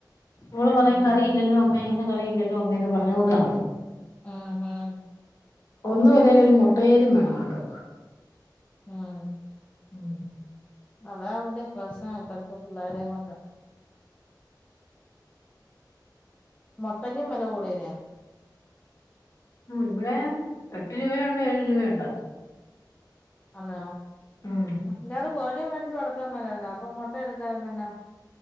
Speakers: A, on the left; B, on the left.
A: മോള് പറയും
B: ഉം
A: കറിയില്ലല്ലോ അമ്മേ ഇന്ന് കറിയില്ലല്ലോ അമ്മേ എന്ന് പറഞ്ഞോണ്ട് നടക്കും
B: ആഹ് ആഹ്
A: ഒന്നുമില്ലേലും ഒരു മുട്ടയേലും വേണം ഓൾക്ക്
B: ആഹ്
A: ഉം
B: അതാ ഇപ്പോ പ്രശ്നം ഇപ്പഴത്തെ പുള്ളേരേം കൊണ്ട് മൊട്ടക്കും വില കൂടീലേ
A: ആഹ് ഇവിടെ എട്ട് രൂപയുണ്ട് ഏഴ് രൂപയുണ്ട്
B: എന്നാ
A: ഉം
B: അഞ്ചാറ് കോഴിയെ മേടിച്ച് വളർത്താമേലാരുന്നോ അപ്പൊ മുട്ട എടുക്കായിരുന്നല്ലോ